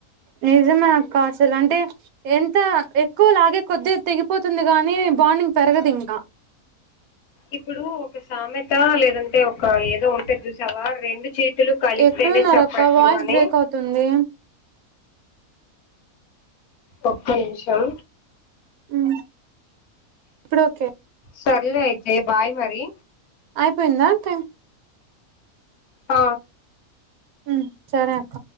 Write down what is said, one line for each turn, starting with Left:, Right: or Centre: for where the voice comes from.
Right: నిజమే అక్క అసలు అంటే ఎంత ఎక్కువలాగే కొద్ది తెగిపోతుంది గానీ బాండింగ్ పెరగదు ఇంకా
Left: ఇప్పుడు ఒక సామెత లేదంటే ఒక ఏదో ఉంటే చూసావా రెండు చేతి చేతులు కలిస్తేనే
Right: ఎక్కడున్నారు
Left: చప్పట్లు
Right: అక్క వాయిస్
Left: అని
Right: బ్రేక్ అవుతుంది
Left: ఒక్క నిమిషం
Right: ఉమ్ ఇప్పుడు ఓకే
Left: సర్లే అయితే బాయ్ మరి
Right: అయిపోయిందా టైమ్
Left: ఆ
Right: ఉ సరే అక్క